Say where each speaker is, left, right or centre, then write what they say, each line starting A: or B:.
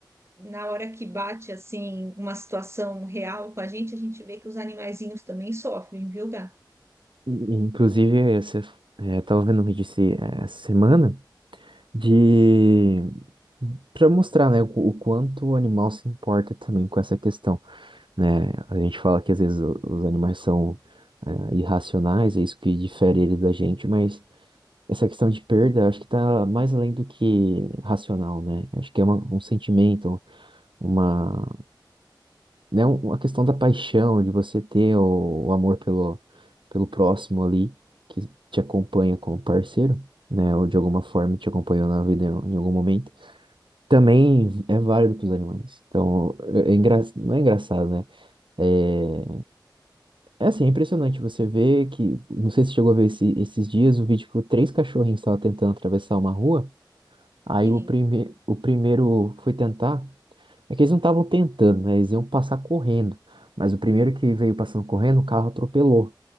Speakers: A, on the right (about 35°); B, on the right (about 85°).
A: na hora que bate assim uma situação real com a gente, a gente vê que os animaizinhos também sofrem, viu, Gá?
B: E- e, Inclusive, você, é, eu tava vendo um vídeo esse- eh, essa semana de para mostrar, né, o, qu- o quanto o animal se importa também com essa questão, né? A gente fala que às vezes o- os animais são é, irracionais, é isso que difere eles da gente, mas essa questão de perda, acho que está mais além do que racional, né? Acho que é uma- um sentimento, uma né, um- a questão da paixão, de você ter o, o amor pelo, pelo próximo ali, que te acompanha como parceiro, né, ou de alguma forma te acompanhou na vida em, em algum momento, também é válido para os animais. Então, é, é engra- não é engraçado, né? É, é assim, é impressionante você ver que, não sei se você chegou a ver esse- esses dias, o vídeo que três cachorrinhos estavam tentando atravessar uma rua, aí
A: Sim.
B: o, prime, o primeiro foi tentar. É que eles não estavam tentando, né? Eles iam passar correndo. Mas o primeiro que veio passando correndo, o carro atropelou.